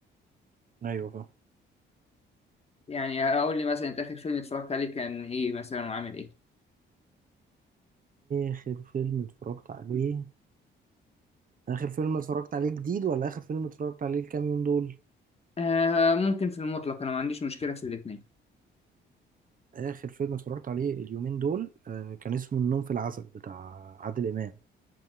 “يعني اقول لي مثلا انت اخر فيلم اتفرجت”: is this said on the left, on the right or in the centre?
Left